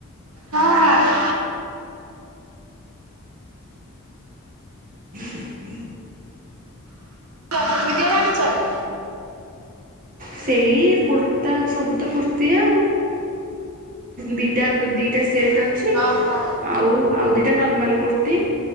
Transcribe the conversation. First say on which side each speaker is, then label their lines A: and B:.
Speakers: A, on the right; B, on the right.
A: ହଁ।
B: <inaudible>
A: <unintelligible>
B: ସେଇ କୁର୍ତ୍ତା ସବୁ ତ କୁର୍ତ୍ତି ଆଉ। ଦିଟା ଦିଟା ସେଟ୍ ଅଛି
A: ଓହୋ
B: ଆଉ ଆଉ ଦିଇଟା ନର୍ମାଲ୍ କୁର୍ତ୍ତି